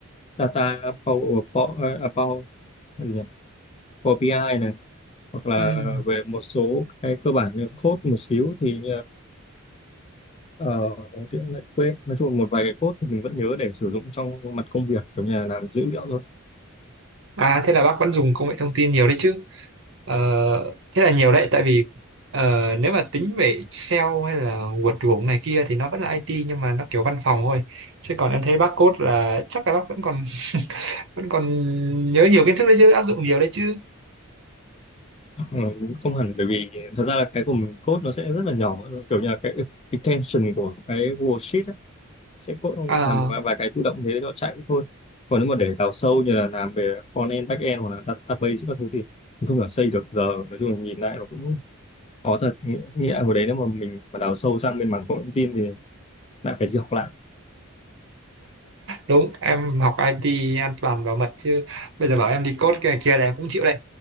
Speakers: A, on the left; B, on the right.
A: data Power, Power, à, Power, cái gì nhỉ? Power BI ai này hoặc là
B: Ừm.
A: về một số cái cơ bản như code một xíu thì uh, lại quên nói chung là một vài cái code thì mình vẫn nhớ để sử dụng trong mặt công việc kiểu như là làm dữ liệu thôi
B: à thế là bác vẫn dùng công nghệ thông tin nhiều đấy chứ Ờ, thế là nhiều đấy tại vì ờ, nếu mà tính về Excel hay là WordPress này kia thì nó vẫn là IT nhưng mà nó kiểu văn phòng thôi chứ còn em thấy bác code là chắc là bác vẫn còn vẫn còn nhớ nhiều kiến thức đấy chứ áp dụng nhiều đấy chứ
A: Ừ, không hẳn bởi vì thật ra là cái của mình code nó sẽ rất là nhỏ nó kiểu như là cái extension của cái worksheet ấy, sẽ code
B: À,
A: làm một vài vài cái tự động thế nó chạy thôi còn nếu mà để đào sâu như là làm về front end back end hoặc là database các thứ thì mình không thể xây được giờ nói chung là nhìn lại nó cũng khó thật nghĩa, nghĩa là hồi đấy nếu mà mình mà đào sâu sang bên mảng công nghệ thông tin thì lại phải đi học lại
B: đúng em học IT an toàn bảo mật chứ bây giờ bảo em đi code kia kia là em cũng chịu đấy